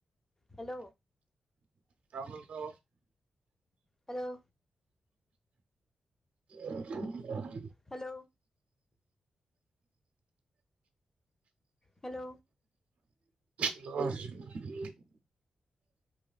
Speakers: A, on the left (about 20°); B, on the right (about 70°).
A: হেল্ল'।
B: তামোলটো
A: হেল্ল'।
B: <unintelligible>
A: হেল্ল'। হেল্ল'।
B: <unintelligible>